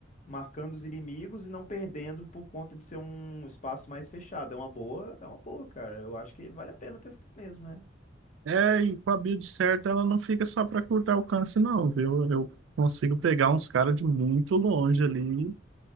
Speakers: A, on the left; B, on the right.
A: marcando os inimigos e não perdendo por conta de ser um espaço mais fechado. É uma boa, é uma boa, cara. Eu acho que vale a pena testar mesmo, né?
B: É, e com a build certa, ela não fica só pra curto alcance, não, viu? Eu consigo pegar uns caras de muito longe ali